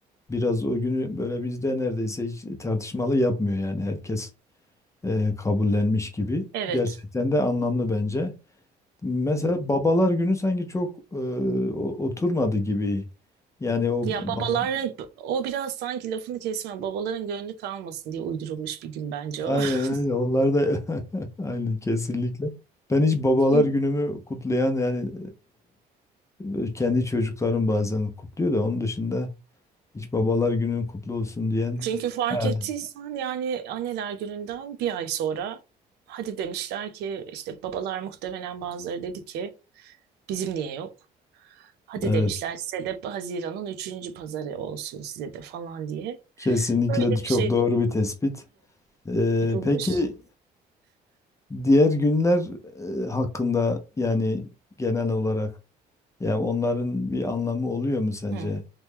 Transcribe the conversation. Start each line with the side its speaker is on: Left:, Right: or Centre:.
Left: biraz o günü böyle bizde neredeyse hiç tartışmalı yapmıyor yani herkes e, kabullenmiş gibi.
Right: evet.
Left: Gerçekten de anlamlı bence. Mesela babalar günü sanki çok e, o- oturmadı gibi. Yani o
Right: Ya
Left: baba.
Right: babaların o biraz sanki lafını kesme babaların gönlü kalmasın diye uydurulmuş bir gün bence
Left: Aynen
Right: o. <laughs>
Left: aynen onlar da <laughs> aynen kesinlikle. Ben hiç babalar
Right: Çünkü,
Left: günümü kutlayan yani e, kendi çocuklarım bazen kutluyor da onun dışında hiç babalar günün kutlu olsun diyen
Right: çünkü fark
Left: Evet.
Right: ettiysen yani anneler gününden bir ay sonra hadi demişler ki işte babalar muhtemelen bazıları dedi ki bizim niye yok? Hadi
Left: evet
Right: demişler size de Haziran'ın üçüncü pazarı olsun size de falan diye.
Left: kesinlikle
Right: Öyle bir
Left: de çok
Right: şey
Left: doğru bir tespit. E,
Right: yapılmış.
Left: peki diğer günler e, hakkında yani genel olarak ya onların bir anlamı oluyor mu sence?
Right: Hı,